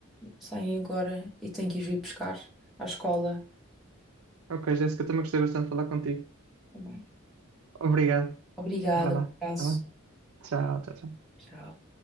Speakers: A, in the centre; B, on the right.
A: saem agora e tenho que os ir buscar à escola
B: Ok, Jéssica, também gostei bastante de falar contigo.
A: também.
B: Obrigado.
A: Obrigada,
B: Vai lá.
A: um abraço.
B: Tá bem? Tchau, tchau, tchau.
A: Tchau.